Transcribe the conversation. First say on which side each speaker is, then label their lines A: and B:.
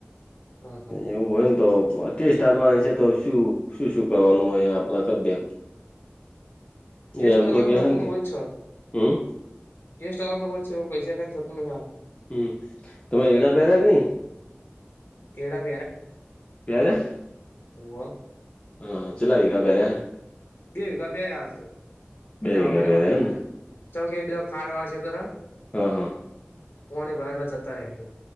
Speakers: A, on the left; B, on the left.
A: હા હા
B: એવું હોય ને, તો અતસ ચાલવાની છે, તો શું, શું, શું કરવાનું હોય? આપડે ક દેખ
A: ટેસ્ટ
B: એ એમ
A: કરવાનું
B: તો કે
A: લગભગ
B: છે કે,
A: હોય જ
B: હમ
A: ટેસ્ટ અંદર છે. પૈસા, કાઈ થતું નથી.
B: હમ, તમામે એડા પ્યાર કે નઈ?
A: એડા
B: પ્યાર
A: હોવ.
B: હા, ચલાવી.
A: બે વઘા પહેયા રે. હાલ તો બીજા
B: બે વીઘા
A: આવો પહેરવાના.
B: પહેર્યા એમ ને
A: ચમ કે, બજા ખાડ વાળ છે, તો હ,
B: હા હા
A: પાણી ભરાયેલા જતા રહ્યા, ભાઈ.